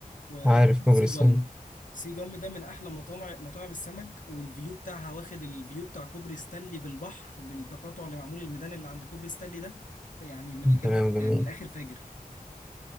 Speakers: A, on the left; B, in the centre.
A: وسيجل
B: عارف كوبري السن
A: سيجل ده من احلى مطاعم مطاعم السمك والفيو بتاعها واخد الفيو بتاع كوبري ستانلي بالبحر بالتقاطع اللي معمول الميدان اللي عند كوبري ستانلي ده يعني من الجد
B: تمام جميل
A: يعني من الاخر فاجر